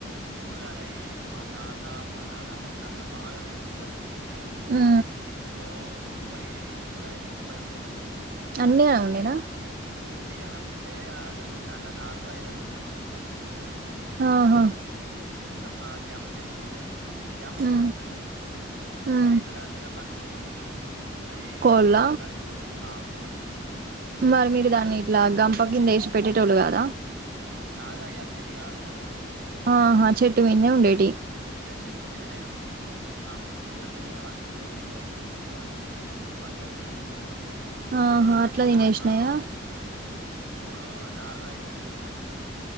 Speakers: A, on the right (about 70°); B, on the right (about 45°).
A: ఇప్పుడు కాదు అయి మా తాత మా నాన్నమ్మ ఉండంగా బాగా పెంచిలు అయి
B: ఆ
A: ఓ ముప్పై ఇరువై ఐదు ముప్పై ఉండే
B: అన్నీ గనం ఉండేనా
A: అన్ని గణం ఉండే అసలు మేము దాంట్లో నాలుగో ఐదో తిన్నాము అండి గంతే
B: ఆహా
A: మొత్తం మా జామ చెట్టు ఉండే పెద్ద జామ చెట్టు
B: ఉమ్
A: ఉన్నది
B: ఉమ్
A: నైట్ దాని మీద పండుకునుడు అది ఇక
B: కోళ్ళ
A: పిల్లులు ఆ కోళ్ళు
B: మరి మీరు
A: పిల్లులచ్చి
B: దాన్ని ఇట్లా గంప కింద వేసి పెట్టేటోళ్ళు కదా
A: కాదు అవి అచ్చేటి కాదు కదా
B: ఆహా చెట్టు మీన్నే ఉండేటి
A: ఇగ చెట్టు మీదనే అవును చెట్ల మీదనే పండుకునేటి అయి అవి పిల్లుల వచ్చి పట్టుకొని పోయేది ఇగ
B: ఆహా
A: ఇక లాస్ట్
B: అట్లా తినేసినాయా
A: ఒక ము ఒక మూడో నాలుగో ఐదో తిన్నాము గంతే